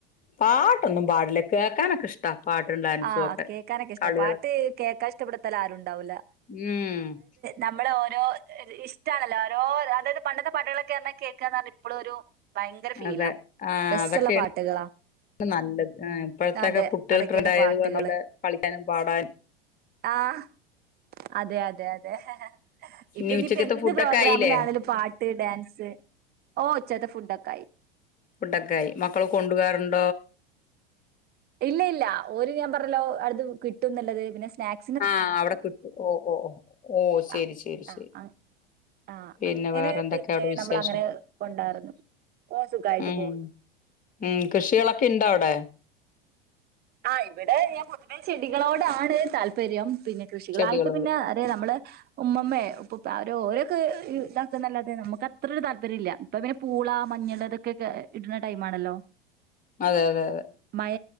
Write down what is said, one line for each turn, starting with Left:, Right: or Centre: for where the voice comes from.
Left: പാട്ടൊന്നും പാടില്ല കേക്കാനൊക്കെ ഇഷ്ട പാട്ടും ഡാൻസുംക്കെ
Right: ആ കേൾക്കാനൊക്കെ ഇഷ്ട
Left: കളികളൊക്കെ
Right: പാട്ട് കേൾക്കാൻ ഇഷ്ടപ്പെടുത്താൽ ആരുണ്ടാവൂല്ല
Left: ഉം
Right: നമ്മള് ഓരോ ഇഷ്ട്ടാണല്ലോ ഓരോ അതായത് പണ്ടത്തെ പാട്ടുകളൊക്കെഞ്ഞാ കേക്കാന്ന് പറഞാ ഇപ്പഴും ഒരു ഭയങ്കര ഫീലാ
Left: അതെ ആഹ്
Right: രസള്ള
Left: അതൊക്കെയാണ്
Right: പാട്ടുകളാ
Left: നല്ലത് ഇപ്പോഴത്തെൊക്കെ
Right: അതെ.
Left: കുട്ടികൾ
Right: അതൊക്കെയാണ്
Left: പ്രണ്ടായത്
Right: പാട്ടുകള്.
Left: പറഞ്ഞെ കളിക്കാനും പാടാനും
Right: ആഹ് അതെ അതെ അതെ
Left: ഇനി
Right: ഇപ്പ ഇനിയിപ്പ
Left: ഉച്ചക്കത്തെ
Right: എ എന്ത്
Left: ഫുഡൊക്കെ
Right: പ്രോഗ്രാമിലാണേലും
Left: ആയില്ലേ
Right: പാട്ട് ഡാൻസ് ഓ ഉച്ചത്തെ ഫുഡക്കെ ആയി
Left: ഫുഡ് ഒക്കെ ആയി മക്കൾ കൊണ്ടു പോകാറുണ്ടോ
Right: ഇല്ലല്ല ഓര് ഞാൻ പറഞ്ഞില്ലേ കിട്ടുന്ന് ള്ളത് പിന്നെ സ്നാക്ക്
Left: ആഹ് അവിടെ കിട്ടു ഓഹ് ഓഹ് ഓഹ് ഓഹ് ശരി
Right: ആഹ്
Left: ശരി ശരി
Right: ആഹ് ആഹ്
Left: പിന്നെ
Right: അങ്ങനെ
Left: വേറെ എന്തൊക്കെയ
Right: പിന്നെ
Left: അവിടെ വിശേഷം
Right: നമ്മൾ അങ്ങനെ കൊണ്ടാറുന്നു ഓഹ് സുഖായിട്ട്
Left: ഉം
Right: പോകുന്നു
Left: ഉം കൃഷികളൊക്കെ ഇണ്ടോ അവിടെ
Right: ആഹ് ഇവിടെ ഞാൻ പൊതുവേ ചെടികളോട് ആണ് താല്പര്യം പിന്നെ കൃഷികളായിട്ട്
Left: ചെടികള്
Right: പിന്നെ അത നമ്മള് ഉമ്മമ്മ ഉപ്പ അവ ഓരോ ഇതാക്ക നല്ലത നമുക്കത്ര താല്പര്യല്ല ഇ പിെ പൂള മഞ്ഞൾ ഇതൊക്കെ ഇടുന്ന ടൈ ആണല്ലോ
Left: അതെ അതെ അതെ
Right: മഴ